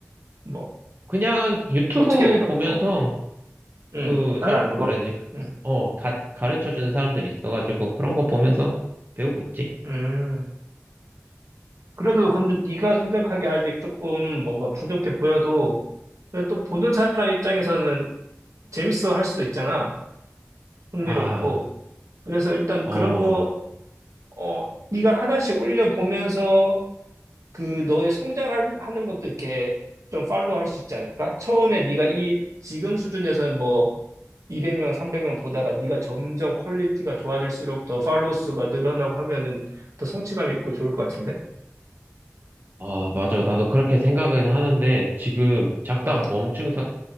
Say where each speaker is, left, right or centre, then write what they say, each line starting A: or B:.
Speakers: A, on the right (about 75°); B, on the right (about 40°).
A: 뭐,
B: 그냥 유튜브
A: 어떻게 배워?
B: 보면서,
A: 어, 음,
B: 그,
A: 따라하는
B: 설, 뭐라
A: 거?
B: 해야 되지?
A: 음,
B: 어, 가, 가르쳐주는 사람들이 있어가지고, 그런 거 보면서 배우고 있지?
A: 음. 그래도 근데 네가 생각하기에 아직 조금 뭔가 부족해 보여도, 근데 또 보는 사람 입장에서는 재밌어 할 수도 있잖아. 흥미롭고.
B: 아,
A: 그래서 일단
B: 어,
A: 그런 거, 어, 네가 하나씩 올려보면서 그 너의 성장하는 것도 이렇게 좀 팔로우 할 수 있지 않을까? 처음에 네가 이 지금 수준에서는 뭐 200명, 300명 보다가 네가 점점 퀄리티가 좋아질수록 더 팔로우 수가 늘어나고 하면은 더 성취감 있고 좋을 것 같은데?
B: 아, 맞아. 나도 그렇게 생각은 하는데, 지금 잠깐
A: 아,
B: 멈춘, 사-